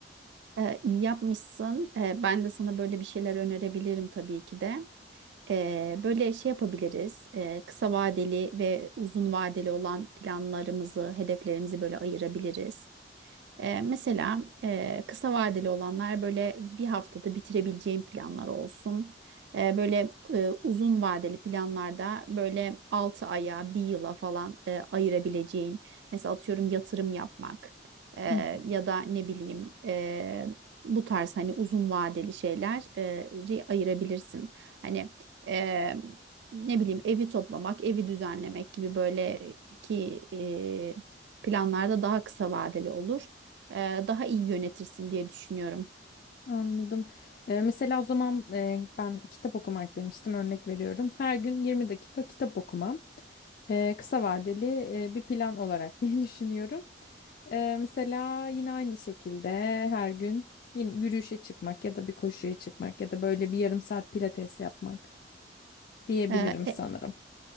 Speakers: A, on the right; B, on the left.
A: Ee, iyi yapmışsın. Ee, ben de sana böyle bir şeyler önerebilirim tabii ki de. Ee, böyle şey yapabiliriz. Ee, kısa vadeli ve uzun vadeli olan planlarımızı, hedeflerimizi böyle ayırabiliriz. Ee, mesela e, kısa vadeli olanlar böyle bir haftada bitirebileceğim planlar olsun. Ee, böyle e, uzun vadeli planlarda böyle 6 aya, bir yıla falan e, ayırabileceğin. Mesela atıyorum yatırım yapmak e,
B: Hı hı.
A: ya da ne bileyim e, bu tarz hani uzun vadeli şeyleri ayırabilirsin. Hani e, ne bileyim evi toplamak, evi düzenlemek gibi böyle ki e, planlarda daha kısa vadeli olur e, daha iyi yönetirsin diye düşünüyorum.
B: Anladım. Ee, mesela o zaman e, ben kitap okumak demiştim örnek veriyorum. Her gün 20 dakika kitap okumam. Ee, kısa vadeli e, bir plan olarak <laughs> diye düşünüyorum. Ee, mesela yine aynı şekilde her gün yine yürüyüşe çıkmak ya da bir koşuya çıkmak ya da böyle bir yarım saat pilates yapmak diyebilirim
A: E,
B: sanırım.